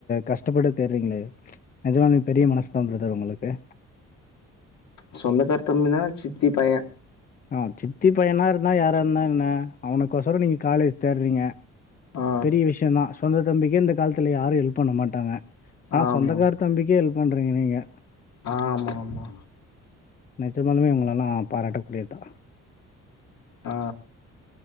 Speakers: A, on the left; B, on the left.
A: கஷ்டப்பட்டு தேட்றீங்ளே நெஜமாவே பெரிய மனஸ்தா பிரதர் உங்களுக்கு
B: சொந்தக்கார் தம்பினா சித்தி பையே
A: ஆ சித்தி பையனா இருந்தா யாரா இருந்தா என்ன அவனுக்கொசரோ நீங்க காலேஜ் தேட்றீங்க
B: ஆ
A: பெரிய விஷயந்தா சொந்த தம்பிக்கே இந்த காலத்துல யாரு ஹெல்ப் பண்ண மாட்டாங்க ஆனா
B: ஆமா
A: சொந்தக்காரத் தம்பிக்கு ஹெல்ப் பண்றீங்க நீங்க
B: ஆமாமா
A: நெஜமாலுமே உங்கள எல்லா பாராட்டக்கூடியத்தா
B: ஆ